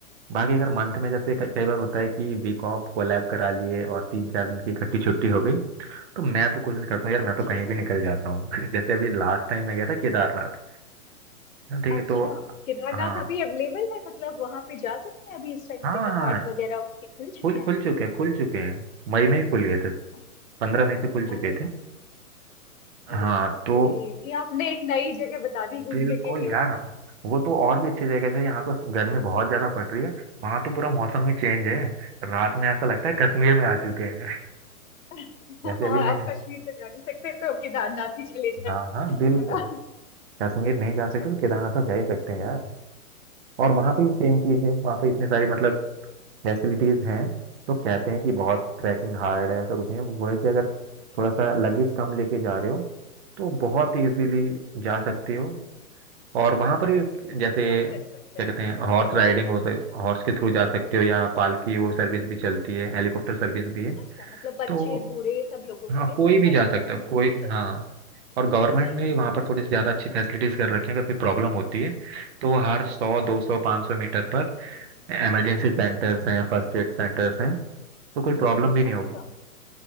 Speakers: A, on the right; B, on the left.
A: बाकी अगर मंथ में जैसे कई कई बार होता है कि वीक ऑफ कोलैब करा लिए और तीन चार दिन की इकट्ठी छुट्टी हो गई तो मैं तो कोशिश करता हूँ यार
B: अच्छा
A: मैं तो कहीं भी निकल जाता हूँ <laughs> जैसे अभी लास्ट टाइम मैं गया था केदारनाथ हाँ, ठीक है
B: अच्छा
A: तो
B: केदारनाथ
A: हाँ
B: अभी अवेलेबल है मतलब वहां पे जा सकते हैं अभी इस टाइम
A: हाँ
B: पे कपाट
A: हाँ
B: वगैरह उसके खुल चुके
A: खुल
B: हैं
A: खुल चुके हैं खुल चुके हैं मई में ही खुल गए थे
B: अच्छा,
A: पंद्रह मई से खुल चुके
B: अरे
A: थे
B: वाह
A: हाँ
B: अरे वाह
A: तो
B: चलिए ये भी आपने एक नई जगह बता दी घूमने
A: बिल्कुल
B: के लिए
A: यार वो तो और भी अच्छी जगह है जैसे यहाँ तो गर्मी बहुत ज्यादा पड़ रही है वहां तो पूरा मौसम ही चेंज है रात में ऐसा लगता है कश्मीर में आ चुके हैं
B: <laughs>
A: <laughs> जैसे
B: हाँ
A: अभी मैं
B: अब कश्मीर तो जा नहीं सकते तो केदारनाथ ही चले जाए
A: हाँ हाँ
B: है
A: बिल्कुल
B: ना?
A: कश्मीर नहीं
B: <laughs>
A: जा सकते
B: चलिए
A: तो केदारनाथ
B: बहुत
A: तो जा ही सकते हैं यार और वहाँ
B: अरे
A: पे भी सेम
B: वाह
A: चीज है वहाँ पे इतनी सारी मतलब फैसिलिटीज हैं तो कहते हैं कि बहुत ट्रैकिंग हार्ड है ऐसा कुछ नहीं है वो है कि अगर थोड़ा सा लगेज कम लेके जा रहे हो तो बहुत इजीली जा सकते हो और वहां पर भी जैसे
B: ट्रैक कर सकते
A: क्या
B: हैं
A: कहते हैं हॉर्स राइडिंग हो सक हॉर्स के थ्रू जा सकते हो या पालकी वो सर्विस भी चलती है हेलीकॉप्टर सर्विस भी है
B: अच्छा मतलब बच्चे
A: तो
B: बूढ़े सब लोगों के
A: हाँ
B: लिए
A: कोई
B: सब
A: भी
B: टाइप
A: जा सकता
B: की फैसिलिटी
A: है कोई
B: है
A: हाँ और गवर्नमेंट
B: अच्छा
A: ने वहाँ पर थोड़ी सी ज़्यादा अच्छी फैसिलिटीज़ कर रखी हैं अगर कोई प्रॉब्लम होती है तो हर सौ दो सौ पाँच सौ मीटर पर इमरजेंसी सेंटर्स हैं फर्स्ट एड सेंटर्स हैं तो कोई प्रॉब्लम भी नहीं
B: अरे
A: होगी
B: वाह